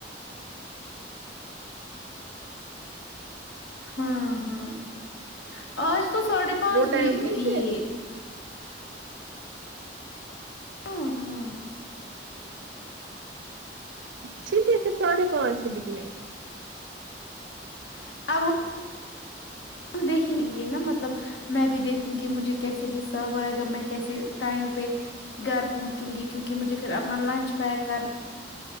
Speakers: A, on the left; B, on the right.
A: وہ وہ <unintelligible>
B: وہ ٹائم ٹھیک ہے
A: <unintelligible>
B: ٹھیک ہے پھر سادہ پانچ نکلیں گے۔
A: <unintelligible> ہم دیکھیں گے، یعنی میں یہ بھی دیکھوں گا کہ مجھے اکاؤنٹ کیسے ملے گا، میں وقت پر گھر کیسے پہنچوں گا کیونکہ مجھے اپنا لنچ پیک کرنا ہے۔